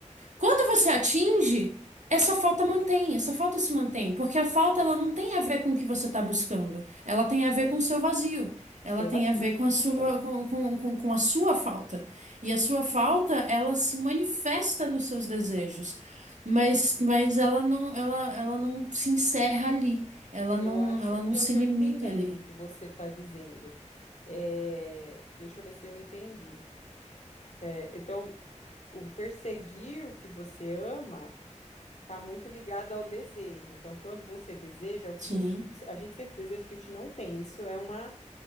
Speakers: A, on the right (about 75°); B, on the left (about 65°).
A: quando você atinge. Essa falta mantém, essa falta se mantém, porque a falta ela não tem a ver com o que você está buscando, ela tem a ver
B: É.
A: com o seu vazio, ela
B: Seu
A: tem
B: vazio.
A: a ver com a sua, com, com, com, com a sua falta. E a sua falta, ela se manifesta nos seus desejos, mas, mas ela não, ela, ela não se encerra ali, ela
B: Eu
A: não,
B: acho
A: ela
B: que
A: não se
B: eu tô
A: limita
B: entendendo
A: ali.
B: o que você tá dizendo. É, deixa eu ver se eu entendi. É, então, o perseguir o que você ama. Tá muito ligada ao desejo. Então, quando você deseja, é o que
A: Sim.
B: você, você- a gente sempre deseja o que a gente não tem. Isso é uma